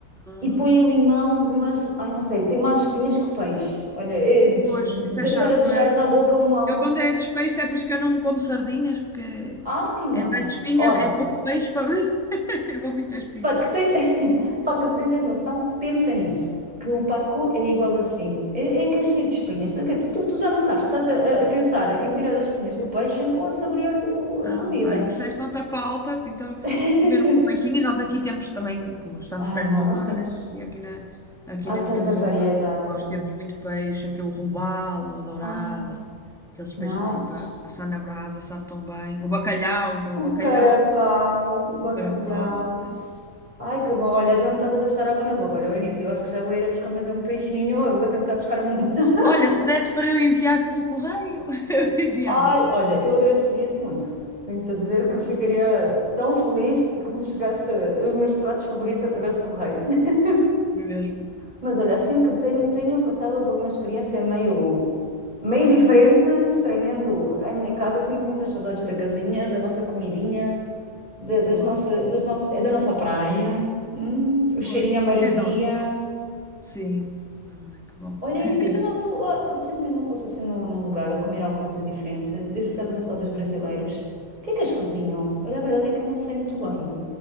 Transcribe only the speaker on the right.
E põe limão, mas, ai, não sei, tem mais espinhas que peixe. Olha, é des-
deixar
a desejar
na boca um.
Ai, não.
Olha,
para que, ten... <laughs> para que tenhas noção, pensa nisso. Que o pacu é igual assim. É, é que é cheio de espinhas. Ok, Tu, tu- tu já não sabes, estás a, a- a pensar em tirar as espinhas do peixe ou a saborear o- o- a
comida.
<laughs>
Ai,
não,
nós
temos.
Há
tanta
variedade.
Ai,
não.
O
carapau, o bacalhau.
Ai, que bom. Olha, já me estás a deixar água na boca. Olha, o início, eu acho que já vou ir a buscar mais é um peixinho. Eu vou tentar buscar um. <laughs>
Ai, olha, eu agradeceria-te muito. Tenho-te a dizer que eu ficaria tão feliz de que me chegasse os meus pratos favoritos através de correio. <laughs>
Mas olha, assim que tenho, tenho passado por uma experiência meio, meio diferente, estranhando a minha casa, sinto muitas saudades da casinha, da nossa comidinha. da- das
nossa, dos nossos, é da nossa praia, Hum, o
cheirinho à maresia.
Olha,
Eunice, tu, não, tu ah, recentemente não fosse assim num, num lugar a comer alguma coisa diferente, desse que estavas a falar dos brasileiros. O que é que eles cozinham? Olha, a verdade é que eu não sei muito bem.